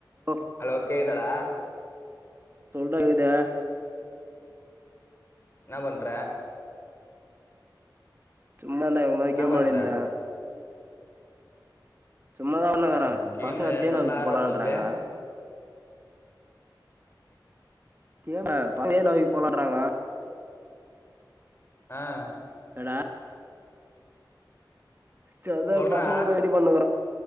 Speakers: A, on the right (about 30°); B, on the left (about 30°).
A: லோ
B: ஹலோ கேக்தாடா
A: <unintelligible>
B: என்ன பண்ற
A: சும்மாடா இவ்ளோ நேரோ
B: என்ன
A: கேம்
B: பண்ற
A: வெளடாடியிருந்தே சும்மாதா ஒன்னக்கற
B: ந கேமு
A: பசங்க தேனாவுக்கு
B: நல்லா ஆட்ர
A: போலான்றாங்க
B: போல்தே
A: கேம பந்தய <inaudible> போலான்றாங்க
B: ஆ
A: தடா செர்தா
B: சொல்றா
A: பசங்ளுக்கு ரெடி பண்ணுக்கற